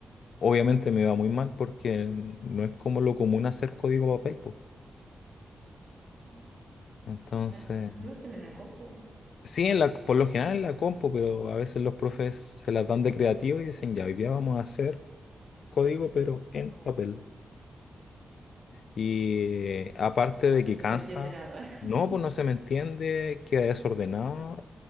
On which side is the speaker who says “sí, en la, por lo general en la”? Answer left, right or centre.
Left